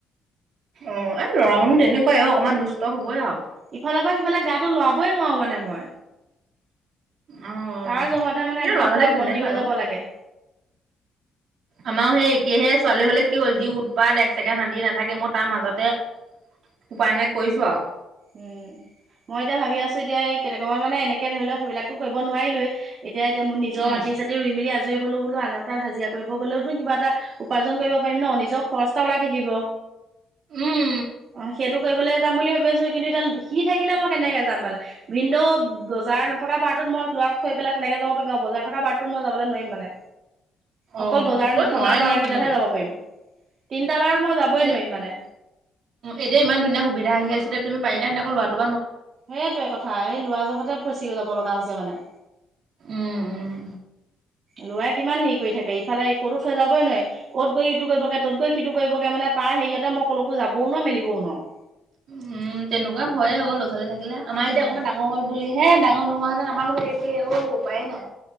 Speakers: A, on the right; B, on the right.
A: অ এই ল'ৰা মানুহ তেনেকুৱাই অকনমান দুষ্ট হবই আও।
B: ইফালৰ পৰা সিফালে গাটো লৰাবই নোৱাৰো মানে মই।
A: অ
B: তাৰ জহতে মানে
A: এ ল'ৰা
B: একদম
A: ছোৱালী
B: পুৰা
A: তেনেকুৱাই
B: বন্দী হৈ যাব
A: অ
B: লাগে।
A: আমাৰো সেই একেহে ছোৱালী হলে কি হ'ল যি উৎপাত এক ছেকেণ্ড শান্তি নাথাকে মই তাৰ মাজতে উপায় নাই কৰিছো আও।
B: উম মই এতিয়া ভাবি আছো এতিয়া কেটকা মান মানে এনেকে ধৰি লোৱা সেইবিলাকতো কৰিব নোৱাৰিলোৱেই এতিয়া নিজৰ
A: উম
B: মাটি চাতি ৰুই মেলি আজৰি হলোঁ বোলো আনৰ তাত হাজিৰা কৰিব গ'লেওতো কিবা এটা উপাৰ্জন কৰিব পাৰিম ন নিজৰ খৰচ এটা ওলাই থাকিব।
A: উম
B: অ সেইটো কৰিবলৈ যাম বুলি ভাবি আছোঁ। কিন্তু এতিয়া সি থাকিলে মই কেনেকে যাম মানে ভিনন্দৌ বজাৰ নথকা বাৰ টোত মই লৰাক থৈ পেলাই তেনেকে যাব বজাৰ থকা বাৰটোত মই যাব নোৱাৰিম মানে
A: অ
B: অকল বজাৰত
A: কৈ
B: নথকা
A: নোৱাৰে
B: বা
A: ন তেনেকে
B: কেইটাতহে যাব পাৰিম। তিনিটা বাৰত মই যাবই
A: এনে
B: নোৱাৰিম মানে
A: এতিয়া ইমান ধুনীয়া সুবিধা আহি আছিলে তুমি পাৰিলা হলে ক লৰা টোক।
B: সেইটোৱে কথা এই লৰা জহতে ফচি যাব লগা হৈছে মানে।
A: উম উম।
B: লৰাই কিমান হেৰি কৰি থাকে ইফালে ক'তো থৈ যাবই নহয় অত গৈ ইটো কৰিব গে তত গৈ সিটো কৰিব গে মানে। তাৰ হেৰিয়তে মই ক'লেকো যাবও নোৱাও মেলিবও নোৱাও।
A: উম তেনেকুৱা হয় অ ল'ৰা ছোৱালী থাকিলে আমাৰ
B: উম।
A: এতিয়া অকমান ডাঙৰ হ'ল বুলিহে। ডাঙৰ নোহোৱা হেঁতেন আমাৰ একে ঔ উপায়ে নাই।